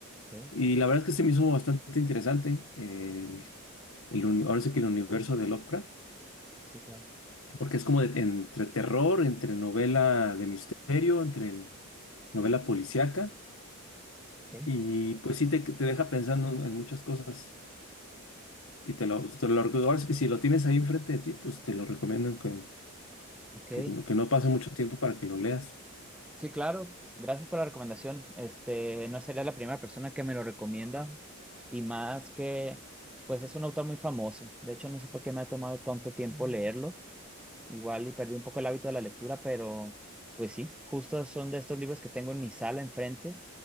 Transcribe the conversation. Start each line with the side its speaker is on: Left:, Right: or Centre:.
Centre: ok,
Left: y la verdad es que se me hizo bastante interesante. eh, el, uni- ahora sí que el universo de Lovecraft.
Centre: sí, claro,
Left: Porque es como de- entre terror, entre novela de misterio, entre novela policíaca.
Centre: ok.
Left: Y pues sí te, te deja pensando en muchas cosas. Y te lo, te lo recuerdo. Ahora sí que si lo tienes ahí enfrente de ti, pues te lo recomiendo que,
Centre: Ok,
Left: que, no- que no pase mucho tiempo para que lo leas.
Centre: sí, claro. Gracias por la recomendación. Este, no sería la primera persona que me lo recomienda y más que, pues es un autor muy famoso. De hecho, no sé por qué me ha tomado tanto tiempo leerlo. Igual y perdí un poco el hábito de la lectura, pero pues sí, justo son de estos libros que tengo en mi sala enfrente